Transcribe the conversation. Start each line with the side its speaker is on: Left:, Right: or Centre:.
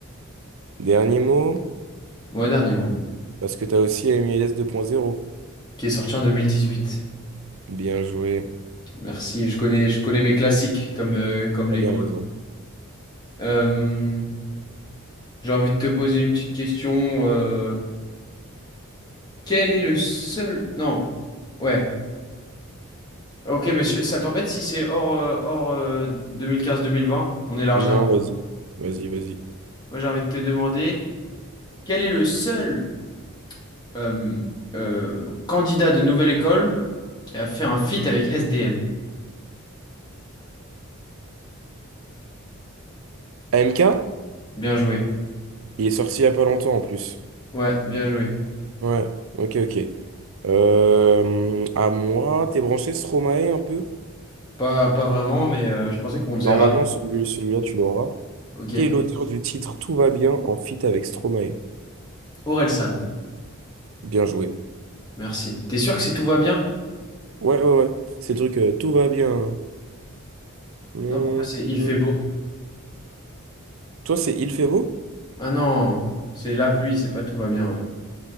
Right: Dernier mot,
Left: Moi, dernier mot,
Right: parce que t'as aussi MLS 2.0.
Left: qui est sorti en 2018.
Right: Bien joué.
Left: Merci, je connais, je connais mes classiques comme, euh, comme
Right: T'as
Left: les
Right: bien
Left: grands.
Right: raison.
Left: Euh, J'ai envie de te poser une petite question. euh, Quel est le seul... Non, ouais. Ok, mais je- ça t'embête si c'est hors, euh, hors euh, 2015-2020? On élargit
Right: Non,
Left: un peu.
Right: vas-y, vas-y, vas-y.
Left: Moi, j'ai envie de te demander, quel est le seul euh, euh, candidat de Nouvelle École qui a fait un feat avec SDM?
Right: AMK,
Left: Bien joué.
Right: il est sorti il y a pas longtemps en plus.
Left: Ouais, bien joué.
Right: Ouais, ok, ok. Euh, à moi, t'es branché Stromae un peu?
Left: Pas, pas vraiment, mais euh, je pensais qu'on faisait
Right: Normalement,
Left: rap.
Right: celui, celui-là, tu l'auras.
Left: Ok.
Right: Qui est l'auteur du titre Tout va bien en feat avec Stromae?
Left: Orelsan,
Right: Bien joué.
Left: merci. T'es sûr que c'est tout va bien?
Right: Ouais, ouais, ouais. C'est le truc euh, Tout va bien. Hum,
Left: Non, pour moi, c'est il
Right: hum.
Left: fait beau.
Right: Toi, c'est Il fait beau?
Left: Ah non, c'est la pluie, c'est pas tout va bien, ouais.